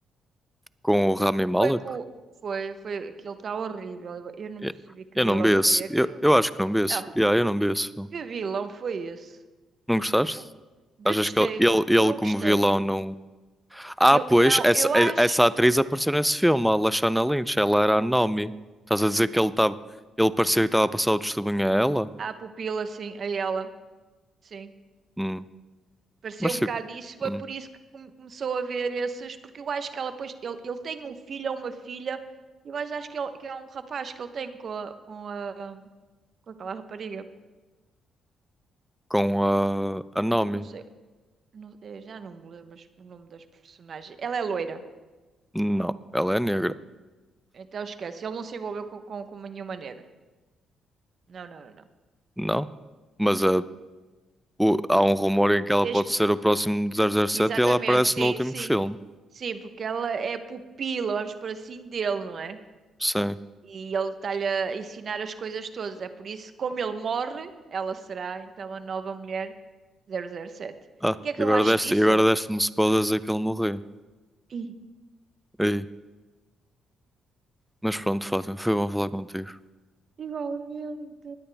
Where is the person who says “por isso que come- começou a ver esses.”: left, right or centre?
Right